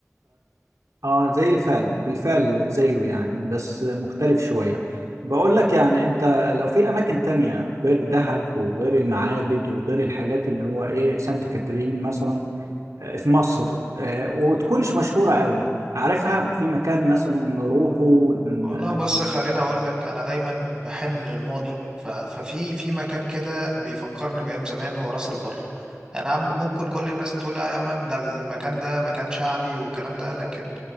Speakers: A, on the right; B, on the right.
A: اه زي الفعل بالفعل زيه يعني بس مختلف شوية بقول لك يعني انت لو في اماكن تانية غير دهب وغير المعابد وغير الحاجات اللي هو ايه سانت كاترين مثلا آه، في مصر آه، وتكونش مشهورة قوي عارفها في مكان مثلا نروحه ن-
B: والله بص خليني اقول لك انا دايما بحن للماضي ف... ففي في مكان كده بيفكرني بايام زمان هو راس البر انا عم- ممكن كل الناس هتقول آه يا مام ده المكان ده مكان شعبي والكلام ده لكن